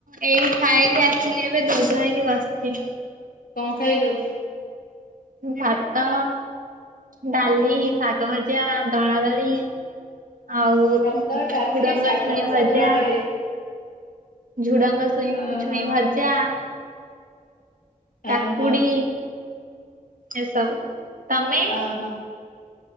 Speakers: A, on the right (about 75°); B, on the left (about 90°).
A: ଏଇ ଖାଇକି ଆସିଲି ଏବେ ଧୋଇ ଧୂଆ ହେଇକି ବସିଛି।
B: କଣ ଖାଇଲୁ?
A: ଭାତ ଡାଲି ଶାଗ ଭଜା ଦଳାଦଳି। ଆଉ
B: ଭାତ ଡାଲି
A: ଝୁଡଙ୍ଗ
B: ଶାଗ
A: ଛୁଇଁ ଭଜା।
B: ଦଳା ଦଳି।
A: ଝୁଡଙ୍ଗ ସୁଇଁ
B: ଓହୋ
A: ଛୁଇଁ ଭଜା। କାକୁଡି।
B: ଓହୋ
A: ଏସବୁ ତମେ?
B: ଓହୋ।